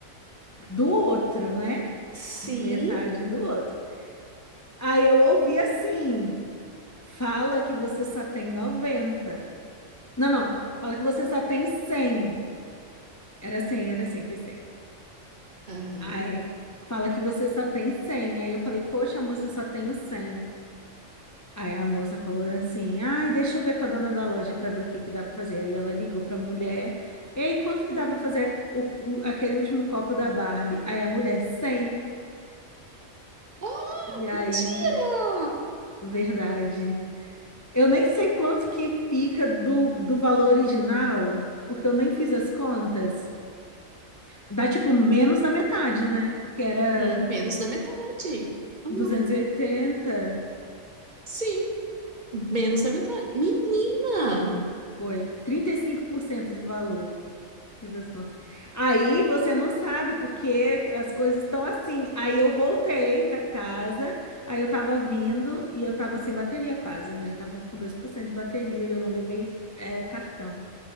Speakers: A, on the left; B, on the right.
A: do outro, né?
B: Sim.
A: Metade do outro. Aí eu ouvi assim: fala que você só tem noventa Não, não, fala que você só tem cem Era cem era cem foi cem
B: Aham.
A: Aí, fala que você só tem cem Aí eu falei, poxa, moça, eu só tenho cem Aí a moça falou assim, ai, deixa eu ver com a dona da loja para ver o que que dá para fazer. Aí ela ligou para a mulher, ei, quanto que dá para fazer o- o- aquele último copo da Barbie? Aí a mulher, cem
B: Oh,
A: E aí,
B: mentira!
A: verdade. Eu nem sei quanto que fica do, do valor original, porque eu nem fiz as contas. Dá tipo menos da metade, né? Porque era
B: Sim, menos da metade. Ah,
A: duzentos e oitenta
B: sim, menos da metade. Menina!
A: Foi 35% do valor. Fiz as contas. Aí você não sabe porque as coisas estão assim. Aí eu voltei para casa, aí eu tava vindo e eu tava sem bateria quase, né? Já tava com 2% de bateria e eu não levei é, cartão.